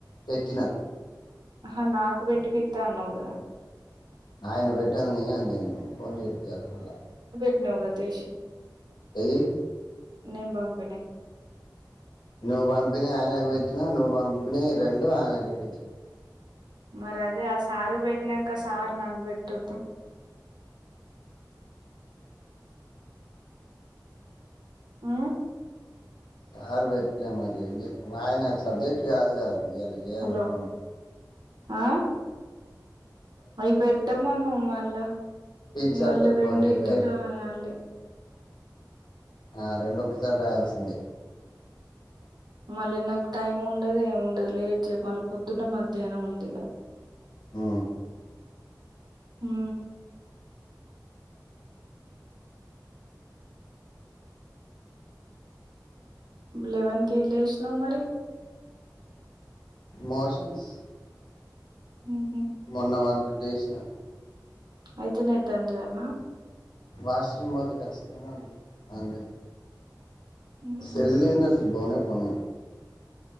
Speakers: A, on the left; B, on the right.
A: పెట్టిన
B: ఆహ నాకు పెట్టి పిత్త అన్నావు కదా,
A: ఆయన పెట్టంది నేను ఏమ్ చేయను ఫోన్ చేపియాలి మళ్ళా,
B: నవ్వదష <unintelligible>
A: ఏది
B: నేను పంపిణీ,
A: నువ్వు పంపిణీ ఆయనకు పెటినా నువ్వు పంపిణీ రెండు ఆయనకు పెట్నా,
B: మరి అదే ఆ సారు పెట్టినాక సార్ నాకు ప పెట్టొద్దా, ఊ
A: సార్ <inaudible> పేట్లే మరి ఏం చేతం ఆ ఆయన సబ్జెక్ట్ కాదు కాగా అది చేయాలి
B: హలో
A: ఫన్
B: ఆ అవి పెట్టమను మళ్ళా
A: టీచర్
B: మళ్ళీ
A: తోటి
B: రెండిటి
A: ఫోన్ చేయాలి
B: రాయాలే,
A: ఆ రెండు ఒక్కసారి రాయాల్సిందే,
B: మళ్ళీ నాకు టైం ఉండదు. ఏమిండదు లేట్ చేయకు మళ్ళీ పొద్దున్న మధ్యాహ్నం ఉంది ఇగా
A: ఊ
B: ఉహు లేెవన్ కే లేసినావ్ మరి,
A: మోషన్స్
B: హ్మ్మ్ హ్మ్మ్
A: మొన్న వన్కి డేసిన
B: అయిదు నట్ ఆన్ జేయల్న
A: వాష్రూమ్ పోతే ఖచ్చితంగా అంగ
B: హుహు.
A: సెల్లు లేనిది అసలు పోనే పోను నేను